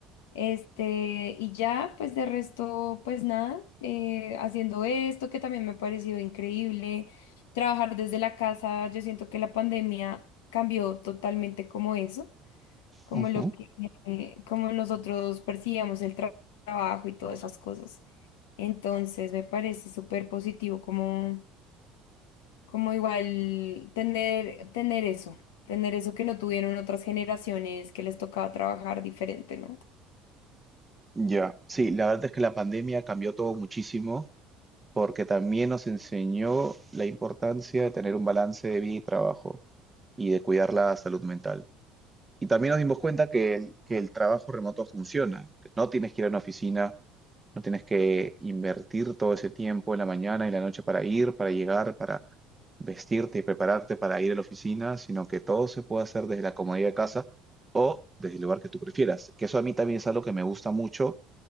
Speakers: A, on the left; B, on the right.
A: este, y ya, pues de resto, pues nada, eh, haciendo esto que también me ha parecido increíble, trabajar desde la casa, yo siento que la pandemia cambió totalmente como eso. como
B: Ujú.
A: lo que, eh, como nosotros percibíamos el tra- trabajo y todas esas cosas. Entonces me parece súper positivo como, como igual tener, tener eso, tener eso que no tuvieron otras generaciones que les tocaba trabajar diferente, ¿no?
B: Ya, Sí, la verdad es que la pandemia cambió todo muchísimo porque también nos enseñó la importancia de tener un balance de vida y trabajo y de cuidar la salud mental. Y también nos dimos cuenta que el, que el trabajo remoto funciona, que no tienes que ir a una oficina, no tienes que invertir todo ese tiempo en la mañana y la noche para ir, para llegar, para vestirte y prepararte para ir a la oficina, sino que todo se puede hacer desde la comodidad de casa o desde el lugar que tú prefieras. Que eso a mí también es algo que me gusta mucho,